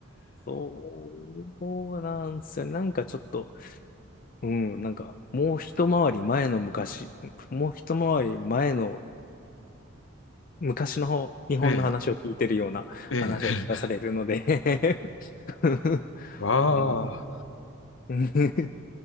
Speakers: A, on the left; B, on the left.
A: そうなんすよ。なんかちょっと、うん、なんか、もう一回り前の昔、もう一回り前の昔の方日本の話を聞いてるような話を聞かされるので
B: ええ、ええ。<laughs>
A: <laughs>
B: わ
A: うん
B: あ。
A: <laughs>